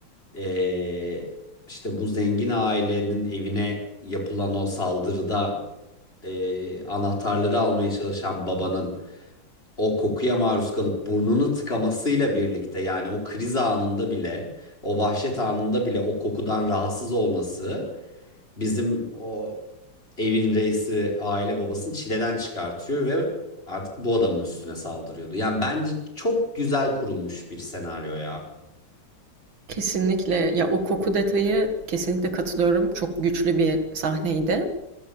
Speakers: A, on the left; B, on the right.
A: eee, işte bu zengin ailenin evine yapılan o saldırıda eee, anahtarları almaya çalışan babanın o kokuya maruz kalıp burnunu tıkamasıyla birlikte yani o kriz anında bile o vahşet anında bile o kokudan rahatsız olması bizim o evin reisi aile babasını çileden çıkartıyor ve artık bu adamın üstüne saldırıyordu. Yani bence çok güzel kurulmuş bir senaryo ya.
B: Kesinlikle. Ya o koku detayı kesinlikle katılıyorum. Çok güçlü bir sahneydi.